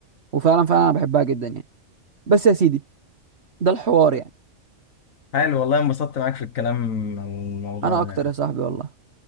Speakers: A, on the right; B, on the left.
A: وفعلا فعلا انا بحبها جدا يعني بس يا سيدي ده الحوار يعني
B: حلو والله انبسطت معاك في الكلام عن الموضوع
A: انا
B: ده
A: اكتر
B: يعني.
A: يا صاحبي والله